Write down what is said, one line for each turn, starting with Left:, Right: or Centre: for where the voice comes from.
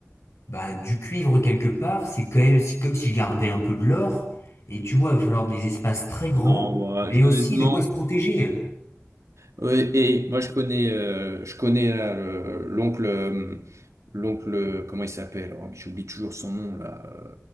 Left: bah, du cuivre quelque part, c'est quand même si- comme si je gardais un peu de l'or. Et tu vois, il va falloir des espaces très grands,
Right: Non, moi,
Left: mais
Right: je-
Left: aussi
Right: honnêtement...
Left: de quoi se protéger.
Right: Ouais, et moi, je connais, euh, je connais là, le- l'oncle. euh, l'oncle, comment il s'appelle? Oh, mais j'oublie toujours son nom là. euh,